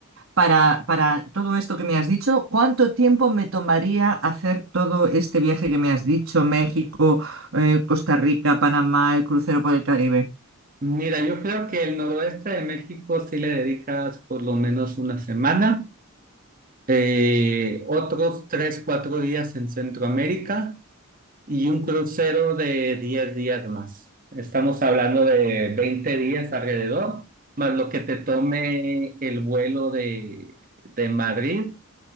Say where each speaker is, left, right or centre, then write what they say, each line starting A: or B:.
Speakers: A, on the right; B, on the right.
A: para, para todo esto que me has dicho. ¿Cuánto tiempo me tomaría hacer todo este viaje que me has dicho? México, eh, Costa Rica, Panamá, el crucero por el Caribe.
B: Mira, yo creo que el noroeste de México sí le dedicas por lo menos una semana, eh, otros tres, cuatro días en Centroamérica y un crucero de 10 días más. Estamos hablando de 20 días alrededor, más lo que te tome el vuelo de, de Madrid